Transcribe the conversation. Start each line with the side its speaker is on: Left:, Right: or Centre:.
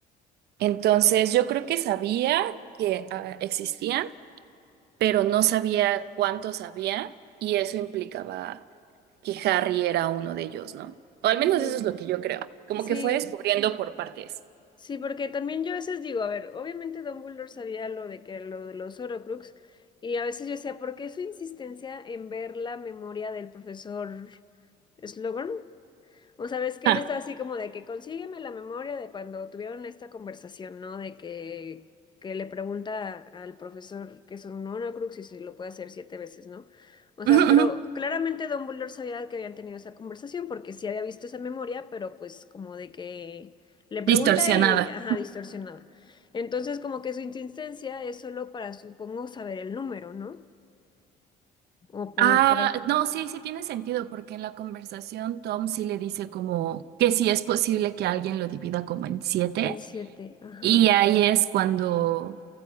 Right: Entonces, yo creo que sabía que ah, existían, pero no sabía cuántos había, y eso implicaba que Harry era uno de ellos, ¿no? O al
Left: ujú.
Right: menos eso es lo que yo creo. Como
Left: Sí.
Right: que fue descubriendo por partes.
Left: Sí, porque también yo a veces digo, a ver, obviamente Dumbledore sabía lo de que lo de los Horcrux y a veces yo decía, ¿por qué su insistencia en ver la memoria del profesor Slughorn? O sea, ves que
Right: Ah,
Left: él está así como de que consígueme la memoria de cuando tuvieron esta conversación, ¿no? De que, que le pregunta al profesor que son un Horcrux y si lo puede hacer siete veces, ¿no? O
Right: ujú,
Left: sea, pero
Right: ujú.
Left: claramente Dumbledore sabía que habían tenido esa conversación porque sí había visto esa memoria, pero pues como de que le pregunta
Right: Distorsionada.
Left: y, ajá, distorsionada. Entonces como que su insistencia es solo para, supongo, saber el número, ¿no? O como
Right: Ah,
Left: para...
Right: no, sí, sí tiene sentido, porque en la conversación Tom sí le dice como que sí es posible que alguien lo divida como en siete,
Left: En siete, ajá.
Right: y ahí es cuando